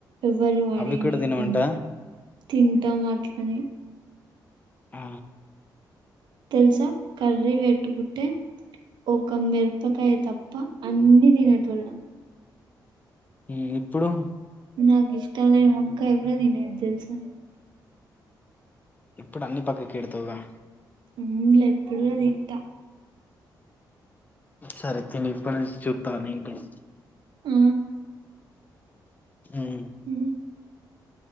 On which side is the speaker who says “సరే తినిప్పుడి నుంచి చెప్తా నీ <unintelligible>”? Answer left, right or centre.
Left